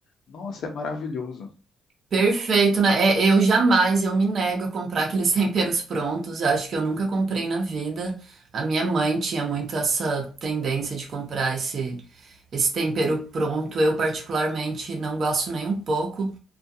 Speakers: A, on the left; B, on the right.
A: nossa, é maravilhoso.
B: Perfeito, né? É, eu jamais, eu me nego a comprar aqueles <laughs> temperos prontos. Eu acho que eu nunca comprei na vida. A minha mãe tinha muito essa tendência de comprar esse, esse tempero pronto. Eu, particularmente, não gosto nem um pouco.